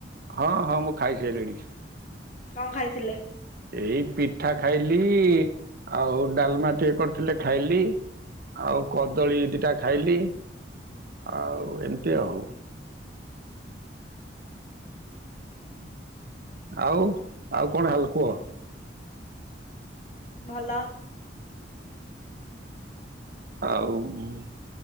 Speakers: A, on the right; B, on the left.
A: ହଁ ହଁ ମୁଁ ଖାଇସାରିଲଣି।
B: କଣ ଖାଇଥିଲେ?
A: ଏଇ ପିଠା ଖାଇଲି ଆଉ ଡାଲମା ଟିଏ କରିଥିଲେ ଖାଇଲି। ଆଉ କଦଳୀ ଦିଟା ଖାଇଲି। ଆଉ ଏମିତି ଆଉ। ଆଉ ଆଉ କଣ ହାଲ କୁହ?
B: ଭଲ।
A: ଆଉ ଉଁ